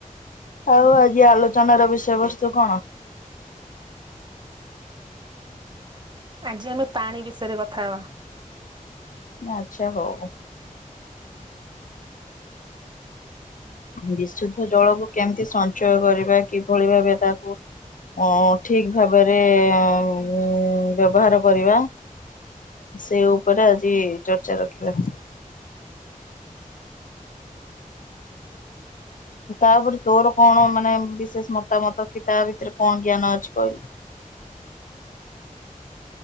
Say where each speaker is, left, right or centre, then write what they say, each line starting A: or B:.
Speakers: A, on the left; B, on the right.
A: ଆଉ ଆଜି ଆଲୋଚନାର ବିଷୟବସ୍ତୁ କଣ?
B: ଆଜି ଆମେ ପାଣି ବିଷୟରେ କଥା ହବା।
A: ଆଚ୍ଛା ହଉ। ବିଶୁଦ୍ଧ ଜଳକୁ କେମିତି ସଞ୍ଚୟ କରିବା କିଭଳି ଭାବେ ତାକୁ? ଉଁ ଠିକ ଭାବରେ ଉଁ ବ୍ୟବହାର କରିବା। ସେ ଉପରେ ଆଜି ଚର୍ଚ୍ଚା ରଖିବା। ତାପରେ ତୋର କଣ ମାନେ ବିଶେଷ ମତାମତ କି ତା ଭିତରେ କଣ ଜ୍ଞାନ ଅଛି କହିଲୁ?